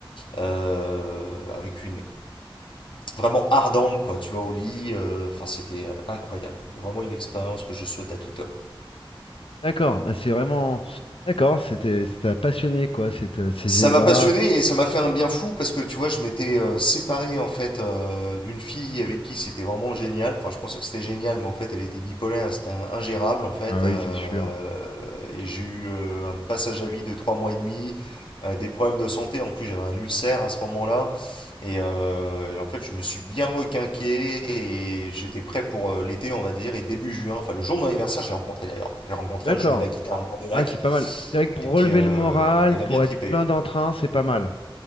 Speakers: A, on the left; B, on the left.
A: euh, avec une vraiment ardente, quoi, tu vois, au lit. Euh, Enfin, c'était euh, incroyable. Vraiment une expérience que je souhaite à tout homme.
B: D'accord, bah c'est vraiment... D'accord, c'était ça t'a passionné, quoi, cette, euh, ces
A: Ça
B: ébats.
A: m'a passionné et ça m'a fait un bien fou parce que tu vois, je m'étais euh, séparé en fait euh, d'une fille avec qui c'était vraiment génial. Enfin, je pensais que c'était génial, mais en fait, elle était bipolaire, c'était un- ingérable en fait.
B: Ah oui,
A: Euh,
B: c'est sûr.
A: et j'ai eu euh, un passage à vide de trois mois et demi, euh, des problèmes de santé. En plus, j'avais un ulcère à ce moment-là. Et, euh, et en fait, je me suis bien requinqué et j'étais prêt pour euh, l'été, on va dire. Et début juin, enfin, le jour de mon anniversaire, j'ai rencontré d'ailleurs. J'ai rencontré,
B: D'accord.
A: je jouais de la guitare en bord de lac.
B: Ah, c'est pas mal. C'est vrai que pour
A: Et puis,
B: relever
A: euh,
B: le moral,
A: il a
B: pour
A: bien trippé.
B: être plein d'entrain, c'est pas mal.